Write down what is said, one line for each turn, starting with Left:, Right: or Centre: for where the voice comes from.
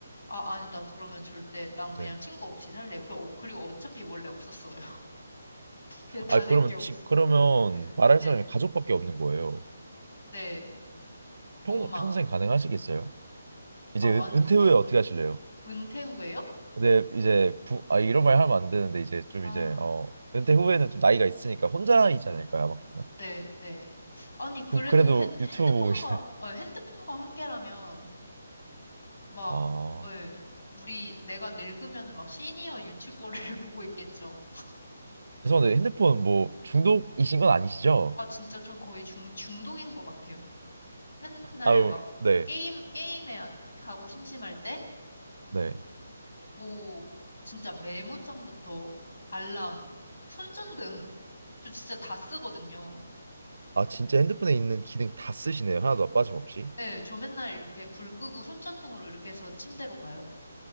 Left: 아, 아니, 나 그러면 절대, 난 그냥
Right: 네.
Left: 친구 없이 살래요. 그, 어, 그리고 어차피 원래 없었어요. <laughs> 그냥 다를
Right: 아, 그러면
Left: 게 없어.
Right: 친 그러면 말할
Left: 네.
Right: 사람이 가족밖에 없는 거예요.
Left: 네.
Right: 평,
Left: 엄마.
Right: 평생 가능하시겠어요? 이제
Left: 아, 완,
Right: 은, 은퇴
Left: 완전.
Right: 후에 어떻게 하실래요?
Left: 은퇴 후에요?
Right: 근데 이제 부, 아 이런 말 하면 안 되는데 이제 좀
Left: 아,
Right: 이제 어 은퇴 후에는 좀 나이가 있으니까 혼자이지 않을까요? 아마 그러면?
Left: 네, 네. 아니, 그래도
Right: 그럼 그래도
Left: 핸, 핸드폰과,
Right: 유튜브 보고 계시나요?
Left: 어, 핸드폰과 함께라면, 막,
Right: 아
Left: 예, 우리, 내가 늙으면은 막 시니어 유튜버를 <laughs> 보고 있겠죠.
Right: 죄송한데 핸드폰 뭐 중독이신 건 아니시죠?
Left: 아, 진짜 좀 거의 중, 중독인 것 같아요. 맨날
Right: 아유
Left: 막,
Right: 네
Left: 게임, 게임에 하- 하고 심심할 때,
Right: 네.
Left: 뭐, 진짜 메모장부터 알람, 손전등, 저 진짜 다 쓰거든요.
Right: 아 진짜 핸드폰에 있는 기능 다 쓰시네요. 하나도 빠짐없이.
Left: 네, 저 맨날 이렇게 불 끄고 손전등으로 이렇게 해서 침대로 가요.